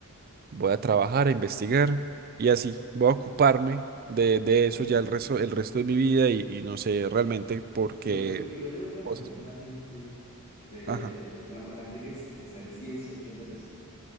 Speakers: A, on the right; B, on the left.
A: voy a trabajar, a investigar. Y así, voy a ocuparme de, de
B: Claro,
A: eso
B: sí.
A: ya el resto, el resto de mi vida y, y no sé realmente por qué
B: Igual, igual- igual yo creo que a lo
A: cosas
B: mejor
A: me...
B: la gente que se debería
A: Ajá.
B: dedicar, que- o la, o la gente que, es- que está en ciencia muchas veces,